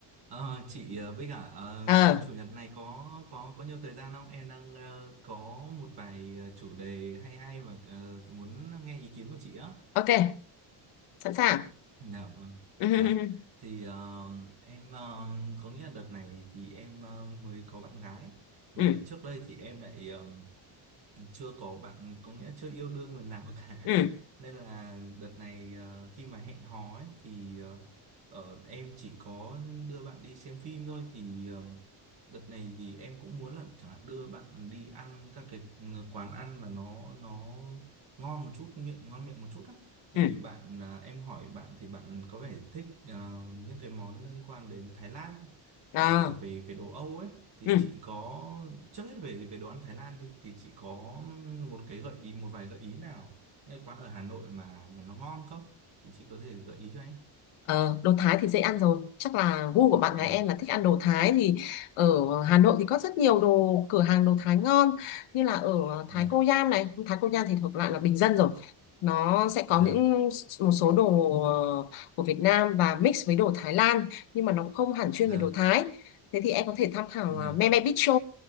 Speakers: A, on the right; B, on the left.
A: Ờ, chị ờ, với cả ờ,
B: ờ
A: chủ nhật này có có có nhiều thời gian không? Em đang ờ, có một vài ờ, chủ đề hay hay mà ờ, muốn nghe ý kiến của chị á.
B: ok sẵn sàng
A: Dạ vâng.
B: <laughs> ừ
A: Dạ.
B: ừ
A: Thì ờ, em ờ, có nghĩa là đợt này thì em ờ, mới có bạn gái mà
B: ừ
A: trước đây thì em lại ờ, chưa có bạn có nghĩa chưa yêu đương lần nào cả
B: ừ
A: nên là đợt này ờ, khi mà hẹn hò ấy thì ờ, ờ, em chỉ có đưa bạn đi xem phim thôi thì ờ, đợt này thì em cũng muốn là chẳng hạn đưa bạn đi ăn các cái quán ăn mà nó nó ngon một chút miệng ngon miệng một chút á thì
B: ừ ừ.
A: bạn à, em hỏi bạn thì bạn có vẻ thích ờ, những cái món liên quan đến Thái Lan
B: đó
A: hoặc là về về đồ Âu ấy thì
B: ừ
A: chị có trước hết về về đồ ăn Thái Lan đi thì chị có một cái gợi ý một vài gợi ý nào những cái quán ở Hà Nội mà, mà nó ngon không thì chị có thể gợi ý cho em
B: Ờ, đồ Thái thì dễ ăn rồi chắc là gu của bạn
A: dạ
B: gái em là thích ăn đồ Thái thì ở Hà Nội thì có rất nhiều đồ cửa hàng đồ Thái ngon như là ở
A: dạ
B: Thái Cô Giam này Thái Cô Giam thì thuộc loại là bình dân rồi nó sẽ
A: dạ
B: có những một số đồ ờ, của Việt Nam và mix với đồ Thái Lan nhưng mà nó cũng không hẳn chuyên
A: dạ
B: về đồ Thái thế thì em có thể tham khảo
A: dạ
B: uh, Meme Bistro